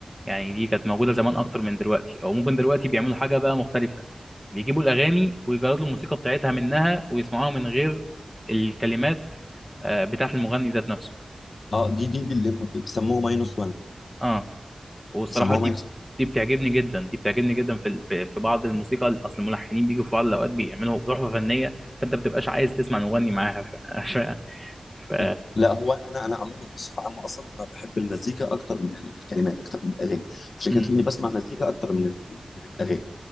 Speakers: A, in the centre; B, on the left.
A: يعني دي كانت موجوده زمان اكتر من دلوقتي او ممكن دلوقتي بيعملوا حاجه بقى مختلفه بيجيبوا الاغاني ويجردوا الموسيقى بتاعتها منها ويسمعوها من غير الكلمات آه، بتاعت المغني ذات نفسه
B: اه دي دي اللي بيسموه ماينس 1
A: اه والصراحه
B: بيسموه
A: دي
B: ماينس
A: دي بتعجبني جدا دي بتعجبني جدا في ال- في في بعض الموسيقى اصل الملحنين بيجوا في بعض الاوقات بيعملوا تحفه فنيه فانت ما بتبقاش عايز تسمع المغني معاها ف... <laughs> ف... ف...
B: واحد. لا هو انا انا عموما بصفه عامه اصلا انا بحب المزيكا اكتر من الكلمات اكتر من الاغاني عشان
A: م-
B: كده تلاقيني بسمع مزيكا اكتر من ال- من الاغاني